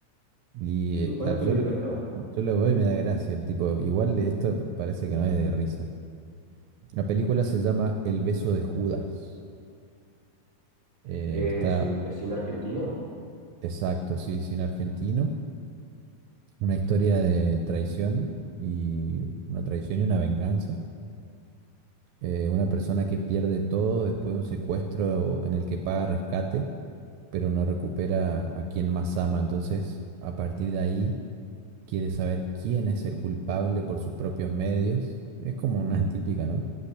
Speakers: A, on the right; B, on the right.
A: Y
B: ¿En
A: eh,
B: cuál
A: a- yo,
B: película
A: lo-
B: está?
A: yo lo veo y me da gracia el tipo. Igual esto parece que no es de risa. La película se llama El beso de Judas. Eh,
B: Es
A: está
B: un es cine argentino.
A: exacto, sí, cine argentino. Una historia de traición y una traición y una venganza. Eh, una persona
B: Ujú.
A: que pierde todo después de un secuestro en el que paga rescate, pero no recupera a quien más ama. Entonces, a partir de ahí, quiere saber quién es el culpable por sus propios medios. Es como una <laughs> típica, ¿no?